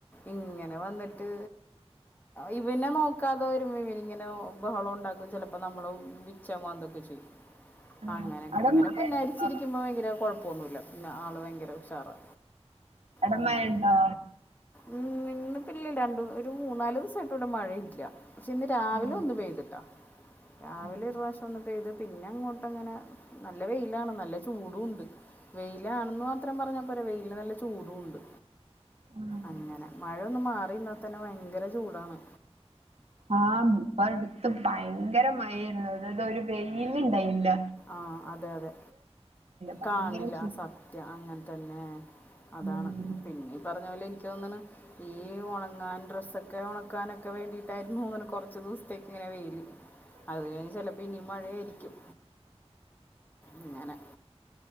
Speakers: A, on the left; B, on the right.
A: ഇങ്ങനെ ട്ട് ഇവനെ നോക്കാതെ വരുമ്പോ ഇവനിങ്ങനെ ബഹളം ഉണ്ടാക്കും ചെലപ്പോ നമ്മളെ പിച്ചേം മാന്തേം ഒക്കെ ചെയ്യും
B: ആഹ്.
A: അങ്ങനെയൊക്കെ
B: അവടെ
A: ഇവനെ
B: മഴണ്ടോ?
A: പുന്നാരിച്ചിരിക്കുമ്പോ ഭയങ്കര കുഴ പിന്നെ ആള് ഭയങ്കര ഉഷാറാ
B: അവടെ
A: അങ്ങനെ
B: മഴണ്ടോ?
A: ഉം വിണ്ണും രണ്ടും ഒരു മൂന്നാല് ദിവസമായിടട്ട് ഇവിടെ മഴ ഇല്ല പക്ഷെ ഇന്ന് രാവിലെ
B: ആഹ്.
A: ഒന്ന് പെയ്തിട്ടാ രാവിലെ
B: ഏഹ്
A: ഒരു പ്രാവശ്യം ഒന്ന് പെയ്തു പിന്നെ അങ്ങോട്ടഅങ്ങനെ നല്ല വെയിലാണ് നല്ല ചൂടുണ്ട് വെയിലാണെന്ന് മാത്രം പറഞാ പോരാ വെയ്‌ലിൻ നല്ല ചൂടുണ്ട്
B: ആഹ്.
A: അങ്ങനെ മഴ ഒന്ന് മാറിന്നാ തന്നെ ഭയങ്കര ചൂടാണ്
B: ആഹ ഇപ്പ എടുത്ത് ഭയങ്കര മഴആയിരുന്നു ഇത് ഒരു വെയില് ഇണ്ടായിരുനില്ല
A: ആഹ അതെ അതെ
B: ഭയങ്കര
A: കാണില്ല
B: ചൂ
A: സത്യം അങ്ങനെ തന്നെ അതാണ്
B: ഉം
A: പിന്നീ ഈ പറഞ്ഞ പോലെ എനിക്ക് തോന്ന്ണ് ഈ ഉണങ്ങാൻ ഡ്രസ്സൊക്കെ ഉണക്കാനൊക്കെ ക്കെ വേണ്ടിട്ട് ആയിരുന്നു ഇങ്ങനെ കുറച്ച് ദിവസത്തേക്ക് ഇങ്ങനെ വെയില് അത് കഴിഞ്ഞ് ചിലപ്പോ ഇനീം മഴ ആയിരിക്കും ഇങ്ങനെ